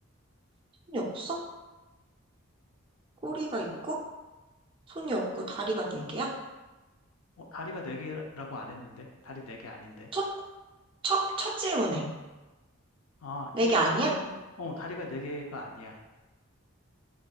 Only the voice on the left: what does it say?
어, 다리가 네 개라고 안 했는데 다리 네 개 아닌데.
아,
이
동물은
어, 다리가 네 개가 아니야.